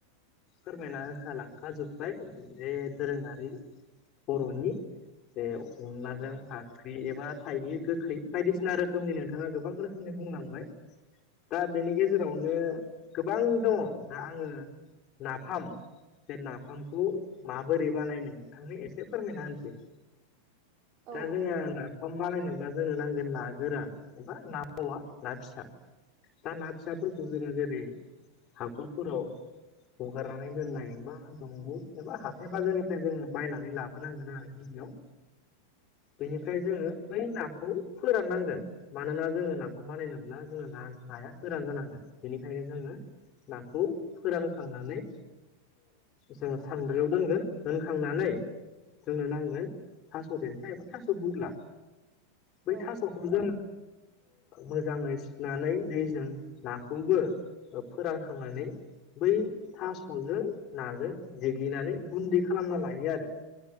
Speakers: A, on the left (about 35°); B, on the right (about 40°).
A: फोरमायना होखा लांखाजोबबाय बे दोरोंङारि बर'नि बे अनलाजों
B: औ
A: फाख्रि एबा थाइगि गोखै बायदिसिना रोखोमनि नोंथांङा गोबां रोखोमनि बुंलांबाय दा बेनि गेजेरावनो गोबां दंङो दा आंङो नाफाम जे नाफामखौ माबोरै बानायनो थांनो एसे फोरमायना होनसै
B: औ
A: दा जोंहा सम बानायनोब्ला जोंनो नांगोन ना गोरान एबा ना मावा ना फिसा दा ना फिसाफोरखौ जोंङो जेरै हाखरफोराव हगारनानै दोननाय एबा दंग' एबा हाथाय बाजारनिफ्राय जों बायनानै लाबोनांगोन आरो बि
B: <inaudible>
A: बेनिफ्राय जोंङो बै नाखौ फोराननांगोन मानोना जोंङो नाखौ बानायनोब्ला जोंङो ना नाया गोरान जानांगोन बेनिखायनो जोंङो नाखौ फोरानखांनानै जोंङो सानब्रैयाव दोनगोन दोनखांनानै जोंनो नांगोन थास' देन्था एबा थास' बुग्ला बै
B: औ
A: थास'खौ जों मोजांङै सुनानै दैजों नाखौबो फोरानखांनानै बै थास'जों नाजों देग्लिनानै गुन्दै खालामना लायो आरो